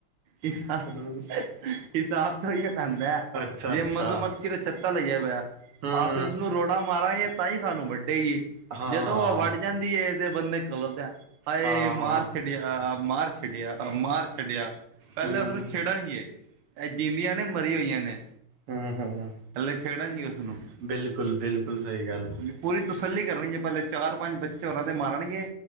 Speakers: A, on the right (about 65°); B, on the right (about 85°).
A: ਹਿਸ-ਹਿਸਾਬ
B: ਹੂੰ,
A: ਤਾਂ ਹੀ ਹੈ ਪੈਂਦਾ।
B: ਅੱਛਾ
A: ਜੇ
B: ਅੱਛਾ
A: ਮਧੂਮੱਖ ਦਾ ਛੱਤਾ ਲੱਗਿਆ ਪਿਆ।
B: ਹੂੰ ਹੂੰ
A: ਅਸੀਂ ਉਸਨੂੰ ਰੋੜਾ ਮਾਰਾਂਗੇ ਤਾਂ ਹੀ ਸਾਨੂੰ ਵਾਡੇ ਗੀ।
B: ਹਾਂ
A: ਜਦੋਂ
B: ਹਾਂ
A: ਉਹ ਵੱਢ ਜਾਂਦੀ ਤੇ ਬੰਦੇ ਕਲ ਹਾਏ
B: ਹਾਂ
A: ਮਾਰ
B: ਹਾਂ
A: ਛਡਿਆ, ਮਾਰ ਛੱਡਿਆ, ਮਾਰ ਛੱਡਿਆਂ। ਪਹਿਲਾਂ
B: ਹੂੰ
A: ਉਸਨੂੰ ਛੇੜਨਗੇ। ਜਿੰਂਦੀਆਂ ਨੇ ਮਰੀ ਹੋਈਆਂ ਨੇ।
B: ਹੂੰ, ਹੂੰ
A: ਪਹਿਲੇ ਛੇੜਨਗੇ ਉਸਨੂੰ
B: ਬਿਲਕੁਲ- ਬਿਲਕੁਲ ਸਹੀ ਗੱਲ।
A: ਹਾਂਜੀ ਪੂਰੀ ਤਸੱਲੀ ਕਰਨ ਗੇ। ਪਹਿਲੇ ਚਾਰ-ਪੰਜ ਬੱਚੇ ਓਨਾਂ ਦੇ ਮਾਰਨਗੇ,